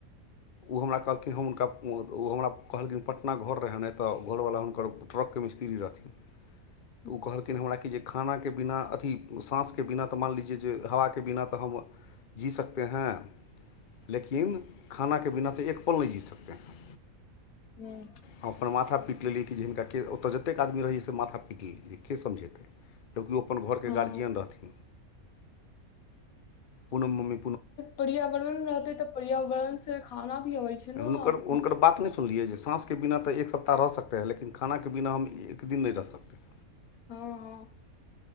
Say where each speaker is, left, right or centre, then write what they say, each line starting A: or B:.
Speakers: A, on the left (about 50°); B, on the left (about 75°).
A: ओ हमरा कहलखिन हम हुनका ओ हमरा कहलखिन पटना घर रहनि नहि तऽ घरवला हुनक ट्रकके मिस्त्री रथि
B: <unintelligible>
A: तऽ ओ कहलखिन हमरा कि ज खानाके बिना अथी साँसके बिना तऽ मानि लीजिए जे हवाके बिना तऽ ह जी सकते हैं लेकि खानाके बिना तऽ एक पल नहि जी सकते ह
B: हं
A: हम अपन माथा पीटि लेलै कि जे हिनका ओतऽ जतेक आदमी रहै से माथा पीट लेलियै के समझेत कियो अपन घर के
B: हँ
A: गार्जियन रहथिन कोनों मम्म
B: पर्यावरण रहते तऽ पर्यावरण से खाना भी अबै छै ने हँ
A: हुनकर बात नह सुनलियै जे साँसके बिना तऽ एक सप्ताह रह सकते है लेकिन खानाके बिना हम क दिन नहि रह सकतेै
B: हँ ह